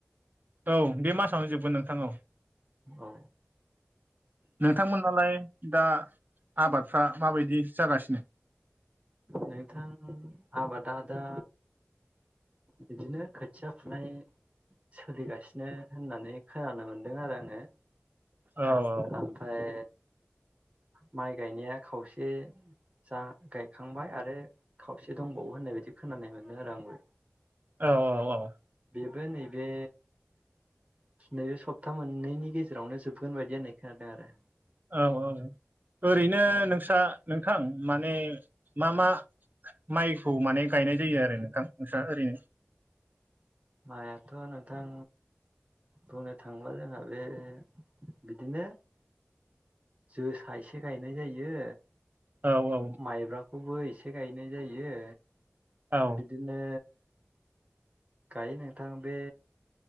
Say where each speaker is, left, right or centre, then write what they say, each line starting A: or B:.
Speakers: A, on the right; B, on the right.
A: औ बे मासावनो जोबगोन नोंथां औ
B: औ
A: नोंथांमोनालाय दा आबादफ्रा माबायदि जागासिनो
B: नोंथां आबादा दा बिदिनो खोथिया फुनाय सोलिगासिनो होननानै खोनानो मोनदों आरो आङो
A: औ औ
B: ओमफ्राय
A: औ
B: माइ गायनाया खावसे जा गायखांबाय आरो खावसे दंबावो होननायबायायदि खोनानाय मोनदों आरो आंबो
A: औ औ औ
B: बेबो नैबे नैबे सप्ता मोननैनि गेजेरावनो जोबगोन बायदि होननाय खोनादों आरो
A: औ औ ओरैनो
B: औ
A: नोंस्रा नोंथां माने मा मा माइखौ माने गायनाय जायो आरो नोंथां नोंस्रा ओरैनो
B: माइआथ' नोंथां बुंनो थाङोब्ला जोंहा बे बिदिनो जोसा एसे गायनाय जायो
A: औ औ
B: माइब्राखौबो एसे गायनाय जायो
A: औ
B: बिदिनो गायो नोंथां बे